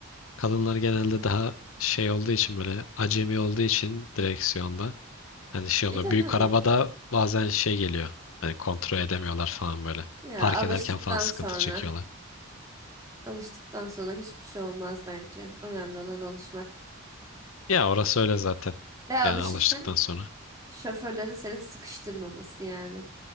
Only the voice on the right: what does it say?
E
tabii
canım.
Ya
alıştıktan
sonra
alıştıktan sonra hiçbir şey olmaz bence. Önemli olan alışmak.
Ve alışırken
Şoförlerin seni sıkıştırmaması yani.